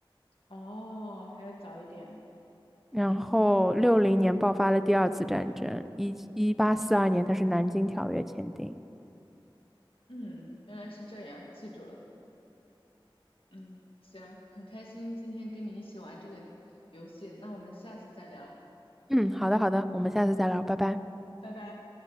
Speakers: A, on the left; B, in the centre.
A: 哦，还要早一点。
B: 然后六零年爆发了第二次战争，一一八四二年它是南京条约签订。
A: 嗯，原来是这样，记住了。嗯，行，很开心今天跟你一起玩这个游戏，那我们下次再聊，
B: 嗯，好的好的，我们下次再聊，拜拜。
A: 拜拜。